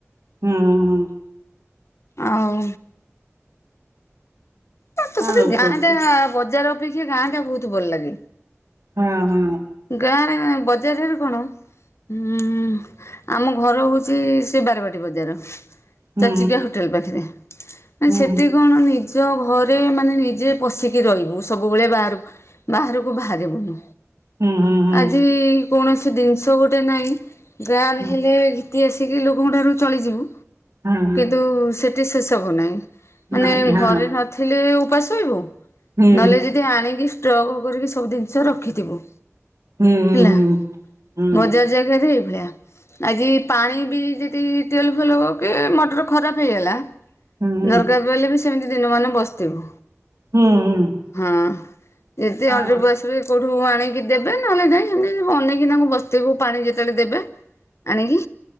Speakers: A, on the right (about 85°); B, on the left (about 65°).
A: ହୁଁ ହୁଁ ହୁଁ।
B: ଆଉ, ତଥାପି
A: ଆଉ
B: ଗାଁ
A: ପଶୁ
B: ରେ ବଜାର ଅପେକ୍ଷା ଗାଁ ଟା ବହୁତ ଭଲ ଲାଗେ।
A: ହୁଁ ହୁଁ।
B: ଗାଁରେ ମା ବଜାର ରେ କଣ? ହଁ ଆମ ଘର ହଉଛି ସେ ବାରବାଟୀ ବଜାର
A: ହୁଁ
B: ଚଚିକିଆ ହୋ ହୋଟେଲ ପାଖରେ। ମାନ
A: ହୁଁ
B: ସେଠି କଣ ନିଜ ଘରେ ମାନେ ନିଜେ ପଶିକି ରହିବୁ ସବୁବେଳେ ବାହାର ବାହାରକୁ ବାହାର ବୁନୁ
A: ହୁଁ ହୁଁ ହୁଁ
B: ଆଜି କୌଣସି ଜିନିଷ ଗୋଟେ ନାଇଁ ବ୍ୟାଲ
A: ହୁଁ
B: ହେଲେ ତି ଆସିକି ଲୋକଙ୍କଠାରୁ ଚଳିଯିବୁ
A: ହଁ ହଁ।
B: କିନ୍ତୁ ସେଠି ସେ ସବୁ ନାହିଁ ମାନେ
A: ନାଇଁ ହଁ
B: ଘରେ ନଥିଲେ ଉପାସୋଇବୁ,
A: ହୁଁ
B: ନହେଲେ ଯଦି ଆଣିକି ଷ୍ଟଗ କରିକି ସବୁ ଜିନିଷ ରଖିଥିବୁ।
A: ହୁଁ।
B: ହେଲା
A: ହୁଁ ହୁଁ ହୁଁ
B: ବଜାର ଜାଗାରେ ଏଇଭଳିଆ। ଆଜି ପାଣି ବି ଯଦି ତେଲ ଫୁଲ ହବକି ମଟର ଖରାପ ହେଇଗଲା
A: ହୁଁ ହୁଁ
B: ଦରକାର ପଇଲେ ବି ସେମିତି ଦିନ ମାନ ବସିଥିବୁ।
A: ହୁଁ ହୁଁ
B: ହଁ। ଯେତେ ଆହୁରି
A: ହଁ
B: ବୟସ କୋଉଠୁ ଆଣିକି ଦେବେ ନହେଲେ ଯାଇ ସେମିତି ଅନେଇକି ତାଙ୍କୁ ବସିଥିବୁ ପାଣି ଯେତେବେଳେ ଦେବେ। ଆଣିକିି